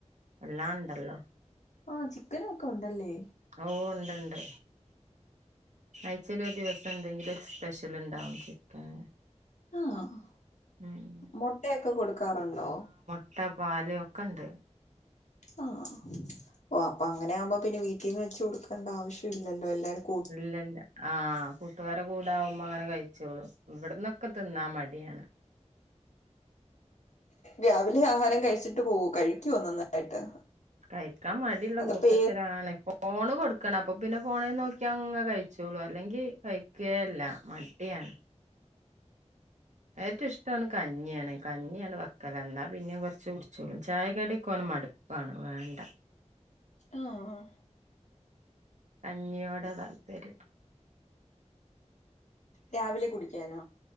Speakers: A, on the right; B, on the left.
A: എള്ളാം ഇണ്ടല്ലോ.
B: ആഹ് ചിക്കനൊക്കെ ഉണ്ടല്ലേ.
A: ഓഹ് ഇണ്ട് ഇണ്ട്. ആഴ്ച്ചെല് ഒരു ദിവസം എന്തെങ്കിലും. ഒരു സ്പെഷ്യൽ ണ്ടാവും ചിക്കന്.
B: ആഹ്
A: ഉം
B: മെട്ടയൊക്കെ കൊടുക്കാറുണ്ടോ?
A: മുട്ടാ പാല് ഒക്കെണ്ട്.
B: ആഹ് ഓഹ് അപ്പൊ അങ്ങനാകുമ്പോ പിന്നെ വീട്ടീന്ന് വെച്ച് കൊടുക്കണ്ട ആവശ്യല്ലല്ലോ എല്ലര്ക്കും.
A: ഇല്ല ല്ലാ. ആഹ് കൂട്ടുകാര കൂടാകുമ്പോ അങ്ങനെ കഴിച്ചോളും. ഇവിട്ന്നൊക്കെ തിന്നാ മടിയാണ്.
B: രാവിലെ ആഹാരം കഴിച്ചിട്ട് പോവോ കഴിക്കോ നന്നായിട്ട്.
A: കഴിക്കാൻ മടിയുള്ള
B: അതപ്പോ
A: കൂട്ടത്തിലാണ്
B: ഏ
A: ഫോണ് കൊടുക്കണം അപ്പ പിന്നെ ഫോണിൽ നോക്കി അങ്ങ് കഴിച്ചോളും. അല്ലെങ്കി കഴിക്കെ ഇല്ല മടിയാണ് ഏറ്റവും ഇഷ്ട്ടം ഓന് കഞ്ഞിയാണ് കഞ്ഞിയാണ് വെക്കല് എന്നാ പിന്നിം കൊർച്ച് കുടിച്ചോളും ചായകടി ഒക്കെ ഓന് മടുപാ പണം വേണ്ടാ.
B: ആഹ് ആഹ്
A: കഞ്ഞിയോട താല്പര്യം.
B: രാവിലെ കുടിക്കാനോ.